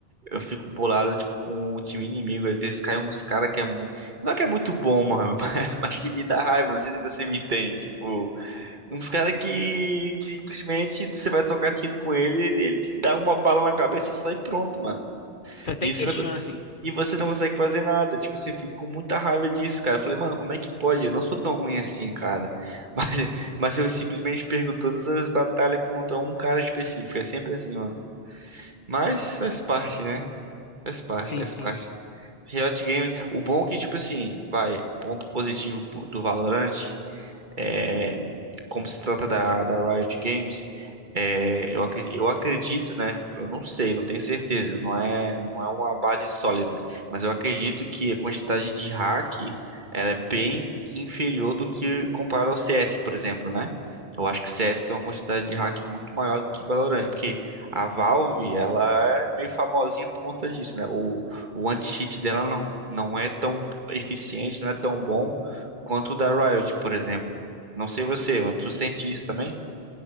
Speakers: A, on the right (about 50°); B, on the left (about 55°).
A: Eu fico bolado, tipo, com o time inimigo. Às vezes caem uns cara que é. mu- Não é que é muito bom, mano, <laughs> mas mas que me dá raiva. Não sei se você me entende. Tipo, uns cara que, que simplesmente você vai trocar tiro com ele, ele te dá uma bala na cabeça e sai pronto, mano.
B: Tu até
A: E
B: questiona,
A: você não,
B: assim.
A: e você não consegue fazer nada. Tipo, assim, eu fico com muita raiva disso, cara. Eu falei, mano, como é que pode? Eu não sou tão ruim assim, cara. <laughs> Mas, mas eu simplesmente perco todas as batalhas contra um cara específico. É sempre assim, mano. Mas faz parte, né? Faz parte,
B: Sim,
A: faz
B: sim.
A: parte. Riot Games, o bom é que, tipo assim, vai, ponto positivo pro- do Valorant, é, como se trata da, da Riot Games, é, eu acredito, eu acredito, né? Eu não sei, não tenho certeza, não é, não é uma base sólida, mas eu acredito que a quantidade de hack ela é bem inferior do que comparado ao CS, por exemplo, né? Eu acho que CS tem uma quantidade de hack muito maior do que Valorant, porque a Valve, ela é meio famosinha por conta disso, né? O, o anti-cheat dela não, não é tão eficiente, não é tão bom quanto o da Riot, por exemplo. Não sei você, mas tu sente isso também?